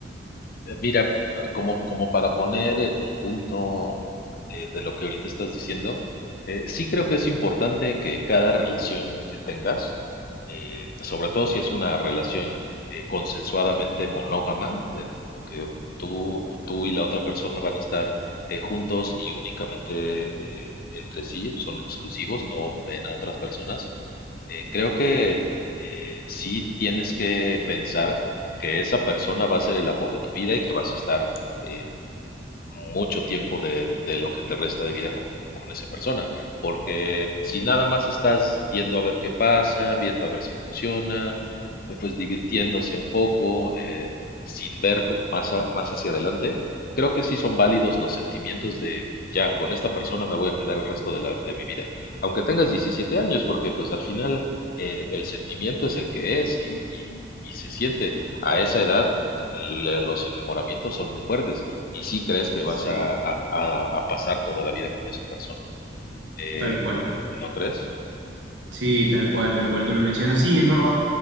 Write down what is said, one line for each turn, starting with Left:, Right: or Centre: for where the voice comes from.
Left: Eh, Mira, como, como para poner eh, el punto eh, de lo que ahorita estás diciendo, eh, sí creo que es importante que cada relación que tengas, eh, sobre todo si es una relación eh, consensuadamente monógama, de lo que tú, tú y la otra persona van a estar eh, juntos y únicamente eh, entre sí, son exclusivos, no ven a otras personas, eh, creo que eh, sí tienes que pensar que esa persona va a ser el amor de tu vida y que vas a estar eh, mucho tiempo de, de lo que te resta de vida con, con esa persona, porque si nada más estás viendo a ver qué pasa, viendo a ver si funciona, eh, pues divirtiéndose un poco, eh, sin ver como más, a- más hacia adelante, creo que sí son válidos los sentimientos de, ya, con esta persona me voy a quedar el resto de, la, de mi vida, aunque tengas 17 años, porque pues al final eh, el sentimiento es el que es y, y y se siente a esa edad le- los enamoramientos son muy fuertes y sí crees que vas
Right: Sí.
Left: a, a- a- a pasar toda la vida con esa persona. Eh,
Right: Tal cual.
Left: ¿no crees?
Right: Sí, tal cual, tal cual tú lo mencionas. Sí, es verdad.